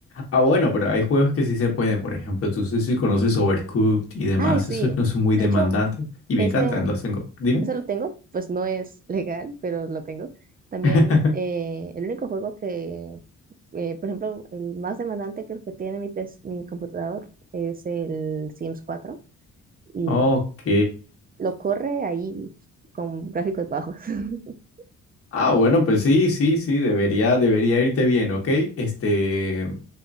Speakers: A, on the left; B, on the right.
A: Ah, bueno, pero hay juegos que sí se pueden. Por ejemplo, tú sé si conoces Overcooked
B: <laughs>
A: y demás,
B: Ay, sí,
A: esos no son muy
B: de
A: demandantes
B: hecho,
A: y
B: ese,
A: me encantan, los tengo. Dime.
B: ese lo tengo, pues no es legal, pero lo tengo. También
A: <laughs>
B: eh, el único juego que, eh, por ejemplo, el más demandante creo que tiene mi, pes- mi computador es el Sims cuatro. y
A: Ok.
B: lo, lo corre ahí con gráficos bajos. <laughs>
A: Ah, bueno, pues sí, sí, sí, debería, debería irte bien, ¿ok? Este,